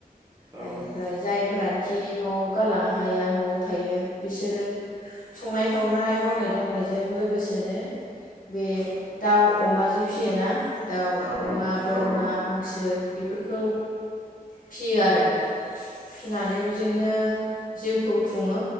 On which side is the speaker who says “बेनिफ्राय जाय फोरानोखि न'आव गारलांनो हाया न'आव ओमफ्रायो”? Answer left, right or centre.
Left